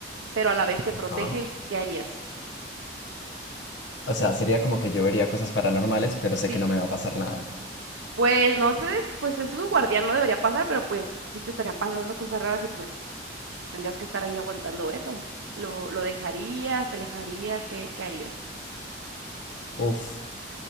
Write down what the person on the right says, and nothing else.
pero a la vez te
protege, ¿qué harías?
Sí,
pues no sé, pues es su guardián, no debería pasar, pero pues sí te estarían pasando cosas raras y pues tendrías que estar ahí aguantando eso. ¿Lo, lo dejarías? ¿Te alejarías? ¿Qué, qué harías?